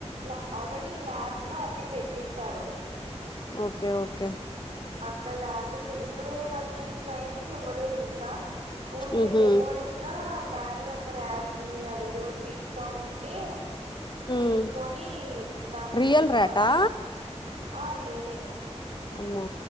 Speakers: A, on the right; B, on the left.
A: ల్యా ఆల్రెడీ ల్యాబ్ లో అన్ని పెట్టింటారు
B: ఓకే ఓకే
A: అక్కడ ల్యాబ్ లో ఇప్పుడే మకి ట్రైనింగ్ ఇవ్వలేదు ఇంకా ఊరికే
B: ఉహు
A: డెమోలెక్ ఇంకా మేమే ఒక రాట్ని అదేదో సిగ్గా ఉంటే
B: ఉమ్
A: తీసుకొని దాన్ని
B: రియల్ ర్యాటా
A: ఫస్ట్ ఆ రియలే
B: అమ్మో